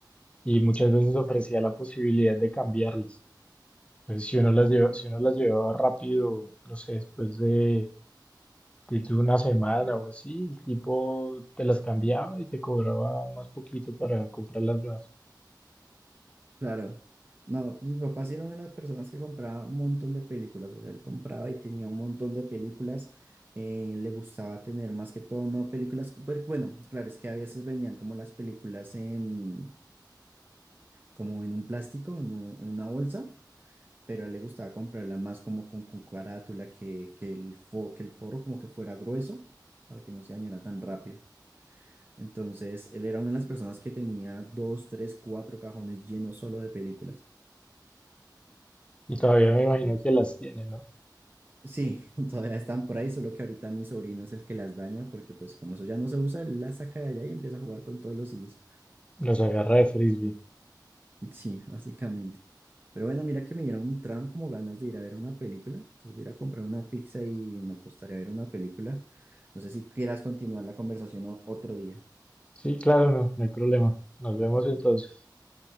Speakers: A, on the left; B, on the right.
A: y muchas veces ofrecía la posibilidad de cambiarlas. Entonces, si uno las lleva- si uno las llevaba rápido, no sé, después de... Y tú una semana o así, el tipo te las cambiaba y te cobraba más poquito para comprar las nuevas.
B: Claro. No, mi papá sí era una de las personas que compraba un montón de películas, o sea, él compraba y tenía un montón de películas, eh, le gustaba tener más que todo, no películas, co- pues, bueno, claro, es que a veces vendían como las películas en, como en un plástico, en, un- en una bolsa, pero a él le gustaba comprarla más como con, con carátula, que, que el fo- que el forro como que fuera grueso, para que no se dañara tan rápido. Entonces, él era una de las personas que tenía dos, tres, cuatro cajones llenos solo de películas.
A: Y todavía me imagino que las tiene, ¿no?
B: Sí, <laughs> todavía están por ahí, solo que ahorita mi sobrino es el que las daña, porque pues como eso ya no se usa, él las saca de allá y empieza a jugar con todos los CDs.
A: Los agarra de frisbee.
B: Sí, <laughs> básicamente. Pero bueno, mira que me dieron, entraron como ganas de ir a ver una película. Entonces voy a ir a comprar una pizza y me acostaré a ver una película. No sé si quieras continuar la conversación o- otro día.
A: Sí, claro, no, no hay problema. Nos vemos entonces.